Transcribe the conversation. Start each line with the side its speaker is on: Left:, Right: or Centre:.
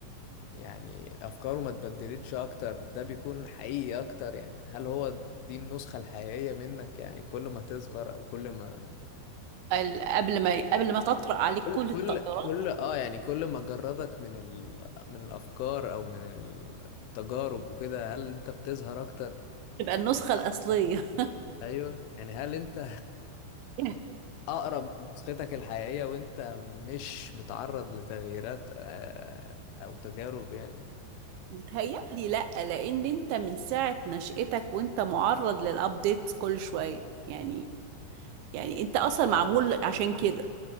Left: يعني افكاره ما اتبدلتش اكتر ده بيكون حقيقي اكتر يعني هل هو دي النسخة الحقيقية منك يعني كل ما تصغر او كل ما
Right: ال- قبل ما قبل ما تطرق عليك
Left: كل-
Right: كل
Left: كل
Right: التغيرات
Left: كل اه يعني كل ما جردك من ال... من الافكار او من التجارب وكده هل انت بتظهر اكتر
Right: تبقى
Left: ف...
Right: النسخة الأصلية
Left: ايوه يعني هل انت
Right: <laughs>
Left: اقرب لنسختك الحقيقية وانت مش متعرض لتغييرات آه، او تجارب يعني
Right: بتهيألي لأ لأن أنت من ساعة نشأتك وأنت معرض للأبديت كل شوية يعني يعني أنت أصلا معمول عشان كده